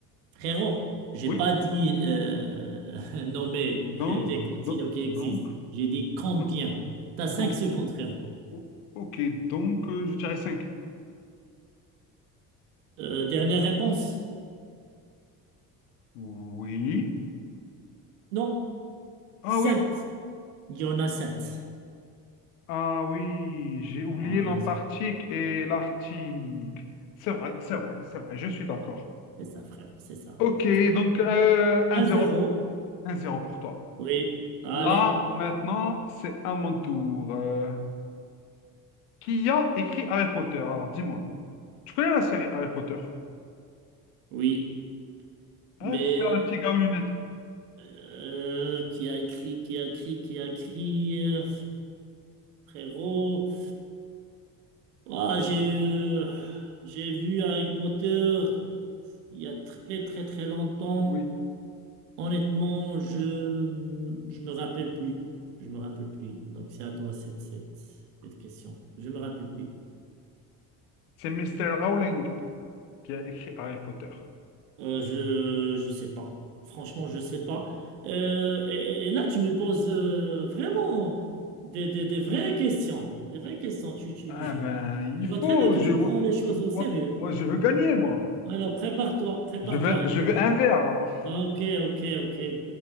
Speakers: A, on the right; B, on the left.
A: Frérot, j'ai
B: Oui,
A: pas dit euh, <laughs> nommer
B: donc,
A: euh, les continents
B: donc,
A: qui existent. J'ai dit combien.
B: donc,
A: T'as
B: donc,
A: cinq secondes, frérot.
B: O- Ok, donc euh, je dirais 5.
A: Euh, dernière réponse?
B: Oui.
A: Non.
B: Ah
A: Sept.
B: oui.
A: Il y en a sept.
B: Ah oui, j'ai oublié
A: On
B: l'Antarctique
A: en a sept.
B: et l'Arctique. C'est vrai, c'est vrai, c'est vrai, je suis d'accord.
A: C'est ça, frère. C'est ça.
B: Ok,
A: C'est ça.
B: donc euh, 1-0,
A: À zéro.
B: 1-0 pour toi.
A: Oui. Allez.
B: Là, maintenant, c'est à mon tour. Euh, qui a écrit Harry Potter? Alors, dis-moi. Tu connais la série Harry Potter?
A: Oui.
B: Harry
A: Mais
B: Potter, le petit gars aux lunettes.
A: euh, qui a écrit, qui a écrit, qui a écrit, euh, frérot. Ah, j'ai euh, j'ai vu Harry Potter il y a très très très longtemps.
B: Oui.
A: Honnêtement, je je me rappelle plus. Je me rappelle plus. Donc c'est à toi cette cette cette question. Je me rappelle plus.
B: C'est Mister Rowling qui a écrit Harry Potter.
A: Euh, je, je sais pas. Franchement, je sais pas. Euh, et, et là, tu me poses euh, vraiment des, des, des vraies questions. Des vraies questions. Tu, tu,
B: Ah
A: <laughs>
B: ben, il
A: je
B: faut.
A: vois très bien que
B: Je
A: tu
B: veux,
A: prends les choses au
B: moi,
A: sérieux.
B: moi, je veux gagner, moi.
A: Alors, prépare-toi, prépare-toi.
B: Je veux, je veux un verre, alors.
A: Ok, ok, ok.